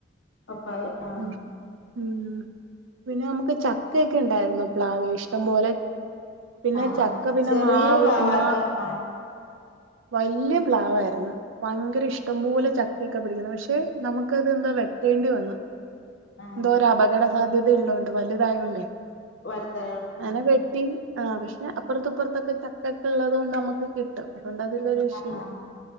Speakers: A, on the left; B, on the right.
A: പപ്പായ ആഹ്
B: ഉം ഉം പിന്നെ നമുക്ക് ചക്കയ ഒക്കെ ഉണ്ടായിരുന്നു പ്ലവി ഇഷ്ടം പോലെ.. പിന്നെ
A: ആഹ്
B: ചക്ക
A: ആഹ്
B: പിന്നെ
A: ചെറിയ
B: മാവ്
A: പ്ലാവ്
B: മാ..
A: അതോ ആഹ്
B: വല്ല്യ പ്ലാവായിരുന്നു ഭയങ്കര ഇഷ്ട.. ട്ടം പോലെ ചക്.. കേക്കെ പിടിക്കുന്നത് പക്ഷെ നമുക്ക്ന്തോ വെട്ടേണ്ടി വന്ന
A: ആഹ്
B: എന്തോ ഒരു അപകട.. സാധ്യതയള്ളതൊണ്ട് വലുതായോണ്ടേ
A: വലുതായോ
B: അങ്ങനെ
A: ആഹ്
B: വെട്ടി.. ആഹ് പക്ഷെ അപ്പുറത്തപ്പുറത്തൊക്കെ ചക്കൊക്കെ ഉള്ളത് കൊണ്ട് നമ്മുക്ക് കിട്ടും. അതുകൊണ്ട് അതിലൊരു വിഷയല്ല
A: ആഹ് ആഹ്